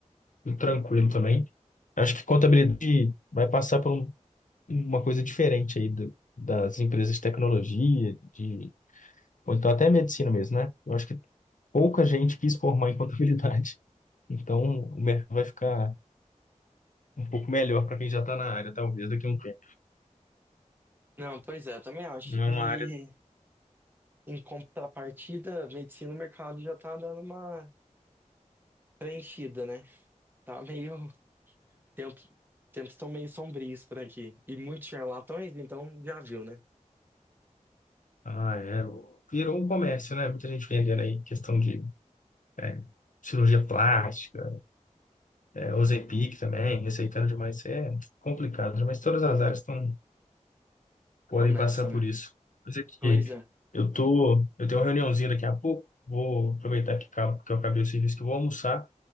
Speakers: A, on the left (about 85°); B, on the right (about 15°).
A: tudo tranquilo também. Acho que contabilidade vai passar por um- uma coisa diferente aí do- das empresas de tecnologia, de, ou então até medicina mesmo, né? Eu acho que pouca gente quis formar em contabilidade. <laughs> Então, o mercado vai ficar um pouco melhor para quem já está na área, talvez, daqui a um tempo.
B: Não, pois é, eu também acho.
A: Não é
B: E
A: uma área que...
B: em contrapartida, medicina, o mercado já tá dando uma preenchida, né? Tá meio. Tempo... Tempos estão meio sombrios por aqui. E muitos charlatões, então já viu, né?
A: Ah, é. Virou um comércio, né? Muita gente vendendo aí questão de é, cirurgia plástica, é, Ozempic também, receitando demais. É complicado, né? mas todas as áreas estão, podem
B: Estão nessa,
A: passar por
B: né?
A: isso. Mas é que
B: Pois é.
A: eu tô, eu tenho uma reuniãozinha daqui a pouco, vou aproveitar que, acabo- que eu acabei o serviço que eu vou almoçar